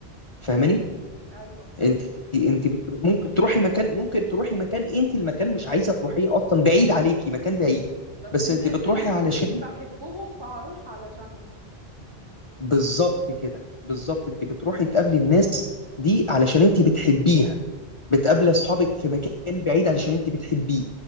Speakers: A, on the left; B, on the right.
A: فاهماني
B: ايوه
A: انت انت بت- ممكن تروحي مكان ممكن تروحي مكان انت المكان مش عايزه تروحيه اصلا بعيد عليكي مكان بعيد
B: بس
A: بس
B: الناس
A: انت بتروحي
B: اللي
A: علشان
B: فيه بحبهم فهروح علشانهم
A: بالظبط كده بالظبط انت بتروحي تقابلي الناس دي علشان انت بتحبيها بتقابلي
B: أي-
A: اصحابك في مكان بعيد علشان انت بتحبيه